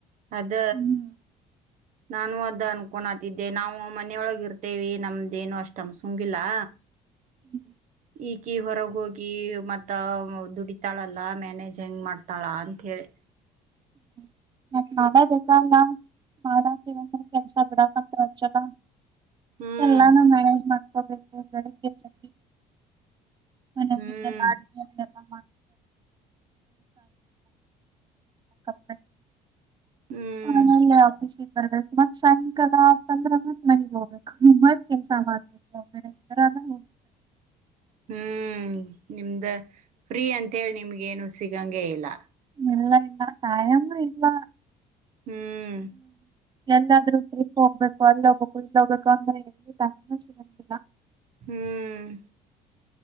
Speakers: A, on the right; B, on the right.
A: ಅದ
B: ಹ್ಮ್,
A: ನಾನು ಅದ ಅನ್ಕೊಂನಾತಿದ್ದೆ ನಾವು ಮನೆಯೊಳಗ ಇರ್ತೇವಿ ನಮ್ದೇನು ಅಷ್ಟೊಂದ್ ಅಸುಂಗಿಲ್ಲಾ
B: ಹ್ಮ್
A: ಈಕಿ ಹೊರಗ ಹೋಗಿ ಮತ್ತ ದುಡಿತಾಳಲ್ಲಾ ಮ್ಯಾನೇಜ್ ಹೆಂಗ್ ಮಾಡ್ತಾಳ ಅಂತ ಹೇಳಿ
B: ಹ್ಮ ಮತ್ತ ಮಾಡ ಬಲ್ಲ ಮಾಡಂತವಂದ್ರ ಕೆಲ್ಸ ಬಿಡಕ್ಂತ ಹಚ್ಚಲ್ಲ
A: ಹ್ಮ್
B: ಎಲ್ಲಾನು ಮ್ಯಾನೇಜ್ ಮಾಡ್ ಹೋಗಬೇಕು ಬೆಳಿಗ್ಗೆ ಜ <inaudible> ಆಗುತ್ತೆ
A: ಹ್ಮ್
B: ಮ <inaudible>
A: ಹ್ಮ್
B: ಆಮೇಲೆ ಆಫೀಸಿಗೆ ಬರ್ಬೇಕು ಮತ್ ಸಾಯಂಕಾಲಂದ್ರೆ ಮತ್ ಮನೆಗ್ ಹೋಗ್ಬೇಕು ಮತ್ತ್ ಕೆಲ್ಸ ಮಾಡ್ಬೇಕು ಬೇರೆರಲ್ಲೋಗ
A: ಹ್ಮ್ ನಿಮ್ದ ಫ್ರೀ ಅಂತೇಳಿ ನಿಮ್ಗ ಏನು ಸಿಗಂಗಗೆ ಇಲ್ಲ
B: ಇಲ್ಲ ಇಲ್ಲ ಟಯಾಮ ಇಲ್ಲ
A: ಹ್ಮ್
B: ಎಲ್ಲಾದ್ರು ಟ್ರಿಪ್ ಹೋಗ್ಬೇಕು ಅಲ್ಲಿ ಹೋಗ್ಬೇಕು ಇಲ್ಲಿ ಹೋಗ್ಬೇಕು ಅಂದ್ರೆ ಟೈಮ್ ಆ ಸಿಗಂಗಿಲ್ಲ
A: ಹ್ಮ್